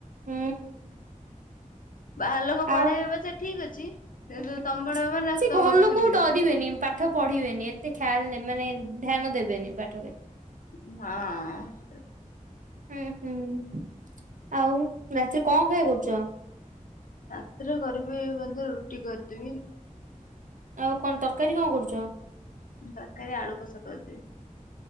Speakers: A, on the right; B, on the left.
A: ହୁଁ
B: ବାହାର ଲୋକ ପଢେଇବେ
A: ଆଉ
B: ପଛେ ଠିକ ଅଛି କିନ୍ତୁ
A: ହୁଁ।
B: ତମେ ପଢେଇବ ମାନେ
A: ସେ
B: ସିଏ ତମ
A: ଘର
B: କଥା
A: ଲୋକକୁ
B: ଶୁଣିବେନି।
A: ଡରିବେନି ପାଠ ପଢିବେନି ଏତେ ଖାଲ୍ ମାନେ ଧ୍ୟାନ ଦେବେନି ପାଠରେ।
B: ହଁ ଅଁ।
A: ହୁଁ ହୁଁ ଆଉ ରାତିରେ କଁ ଖାଇବା କରୁଚ?
B: ରାତିରେ କରିବି ବୋଧେ ରୁଟି କରିଦେବି।
A: ଆଉ କଣ ତରକାରୀ କଁ କରୁଚ?
B: ତର୍କାରୀ ଆଳୁ କଷା କରିଦେବି।